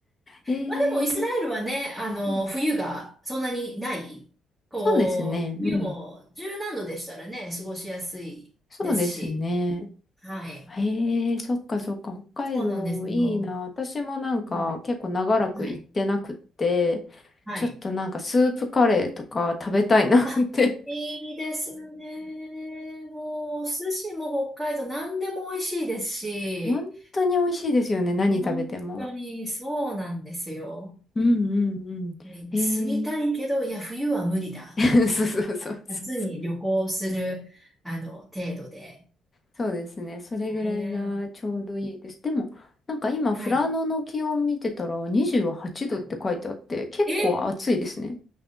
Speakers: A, on the left; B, in the centre.
A: えー、
B: まあでもイスラエルはね、あの、
A: うん
B: 冬がそんなにない。こう、
A: そうですね、
B: 冬も十何度でしたらね、
A: うん。
B: 過ごしやすいですし。
A: そうですね。
B: はい。
A: へえ、そっかそっか、北海道いいな。
B: そうなんですよ。
A: 私もなんか結構長らく行ってなくって、
B: はい。はい。はい。
A: ちょっとなんかスープカレーとか食べたいなって。
B: あ、いいですね。もう、お寿司も北海道何でも美味しいですし、
A: <laughs> 本当に美味しいですよね、何食べても。
B: 本当にそうなんですよ。
A: うんうんうん。
B: ね住みたいけど、
A: えー、
B: いや、冬は無理だと思ってます。
A: <laughs> そうそうそうそう。
B: 夏に旅行する、あの、程度で。
A: そうですね、それぐらいがちょうどいいです。
B: ね
A: でも、なんか今、
B: はい。
A: 富良野の気温見てたら28度って書いてあって、
B: は
A: 結構暑いですね。
B: いえ、